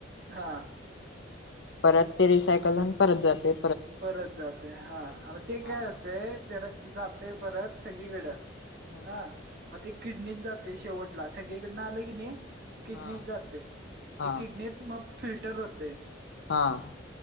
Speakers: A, on the right; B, on the left.
A: हां.
B: परत ते रिसायकल होऊन परत जातंय.
A: परत जातंय. हा मग ते
B: हा
A: काय असतय.
B: हा
A: ते रक्त जातंय परत सगळीकडं.
B: हम्म
A: हा. म ते किडनीत जातंय शेवटला. सगळीकडन आलं की नाही किडनीत
B: हा
A: जातंय.
B: हा
A: ते किडनीत मग फिल्टर होतंय.
B: हा.